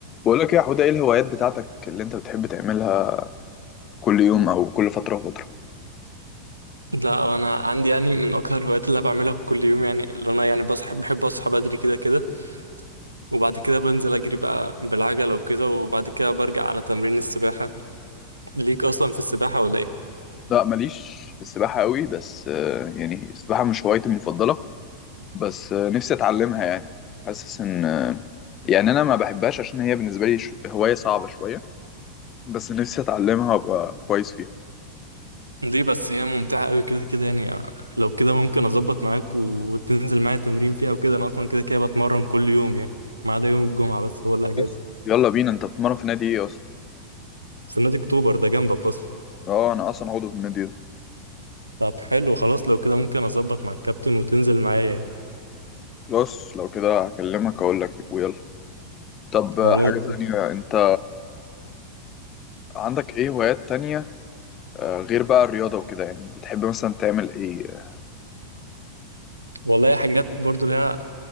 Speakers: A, on the left; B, on the right.
A: بقول لك إيه يا حوده ايه الهوايات بتاعتك اللي انت بتحب تعملها كل يوم او كل فتره وفتره
B: لا انا عندي يعني من اكتر الهوايات اللي انا بعملها كل يوم يعني اللي انا يعني بصحى بحب اصحى بدري كده كده وبعد كده بنزل اجري بقى بالعجله وكده وبعد كده برجع على تمرين السباحه ليك اصلا في السباحه ولا ايه
A: لا ماليش في السباحه قوي بس آه، يعني السباحه مش هوايتي المفضله بس آه، نفسي اتعلمها يعني حاسس ان آه، يعني انا ما بحبهاش عشان هي بالنسبه لي ش- هوايه صعبه شويه بس نفسي اتعلمها وابقى كويس فيها
B: ليه بس هي ممتعه قوي كده كده يعني آه، لو كده ممكن اظبط معاك وتنزل معايا تمرين فيها وكده انا اصلا كده كده بتمرن كل يوم يعني ما عدا يوم الجمعه بس هو الاجازه
A: بس يلا بينا انت بتتمرن في نادي ايه اصلا
B: في نادي اكتوبر ده جنبك اصلا
A: اه انا اصلا عضو في النادي ده
B: طب حلو خلاص لو كده ممكن اظبط مع الكابتن وتنزل معايا يعني.
A: خلاص لو كده هكلمك اقول لك إيه، ويلا طب آه،
B: خلاص
A: حاجه تانية انت عندك ايه هوايات تانية آه، غير بقى الرياضة وكده يعني بتحب مثلا تعمل ايه
B: والله حاجات برضو ليها